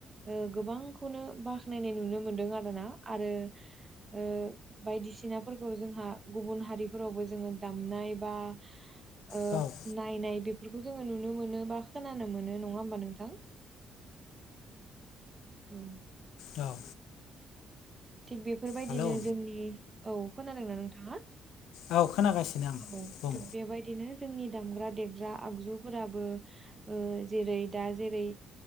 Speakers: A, on the right; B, on the left.
A: ओ गोबांखौनो बाखनायनाय नुनो मोनदों आरोना आरो ओ बायदिसिनाफोरखौ जोंहा गुबुन हारिफोरावबो जोङो दामनाय बा ओ
B: औ
A: नायनाय बेफोरखौ जोङो नुनो मोनो बा खोनानो मोनो नङा होमबा नोंथां। औ
B: औ
A: थिग बेफोरबायदिनो
B: हेलौ
A: जोंनि औ खोनादोंना नोंथाङा
B: औ खोनागासिनो आं
A: औ
B: बुं
A: थिग बेबायदिनो जोंनि दामग्रा-देेरग्रा आगजुफोराबो ओ जेरै दा जेरै